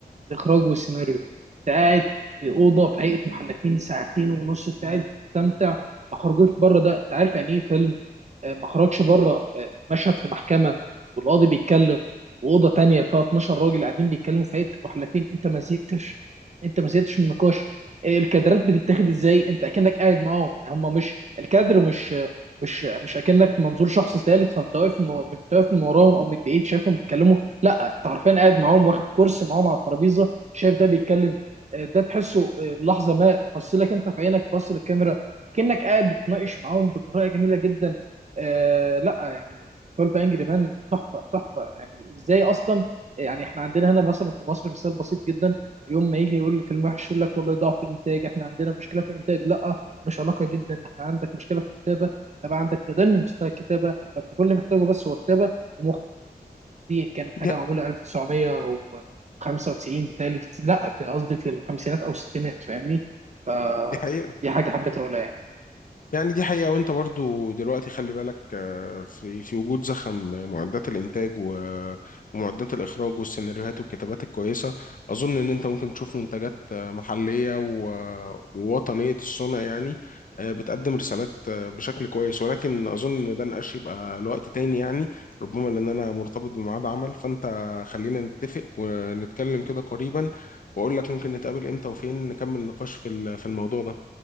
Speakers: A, on the right; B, on the left.
A: الاخراج والسيناريو انت قاعد في اوضه في هيئه محلفين ساعتين ونص انت قاعد تستمتع ما خرجوش بره ده انت عارف يعني ايه فيلم آه، ما خرجش بره آه، مشهد في محكمه والقاضي بيتكلم واوضه تانية فيها 12 راجل قاعدين بيتكلموا في هيئه محلفين انت ما زهقتش انت ما زهقتش من النقاش آه، الكادرات بتتاخد ازاي انت اكنك قاعد معاهم هم مش الكادر مش آه، مش مش اكنك منظور شخص ثالث فانت واقف من- واقف من وراهم او من بعيد شايفهم بيتكلموا لا انت حرفيا قاعد معاهم واخد كرسي معاهم على الترابيزه شايف ده بيتكلم آه، ده تحسه آه، لحظه ما بص لك انت في عينك بص للكاميرا كأنك قاعد بتناقش معاهم بطريقه جميله جدا آه لا يعني 12 انجري مان تحفه تحفه يعني ازاي اصلا يعني احنا عندنا هنا مثلا في مصر مثال بسيط جدا يوم ما يجي يقول الفيلم وحش يقول لك والله ضعف انتاج احنا عندنا مشكله في الانتاج لا مش علاقه جدا انت عندك مشكله في الكتابه طب عندك تدني مستوى الكتابه فانت كل اللي محتاجه بس هو كتابه ومخرج دي كانت حاجه
B: دي
A: معموله 1995 بتهيألي في... لا في قصدي في الخمسينات او الستينات فاهمني فدي
B: دي حقيقة
A: حاجه حبيت اقولها يعني
B: يعني دي حقيقة وانت برضو دلوقتي خلي بالك آه، في في وجود زخم معدات الانتاج و- ومعدات الاخراج والسيناريوهات والكتابات الكويسة اظن ان انت ممكن تشوف منتجات آه، محلية و- ووطنية الصنع يعني آه، بتقدم رسالات آه، بشكل كويس ولكن اظن ان ده نقاش يبقى لوقت تاني يعني ربما لان انا مرتبط بميعاد عمل فانت خلينا نتفق ونتكلم كده قريبا واقول لك ممكن نتقابل امتى وفين نكمل نقاش في ال- في الموضوع ده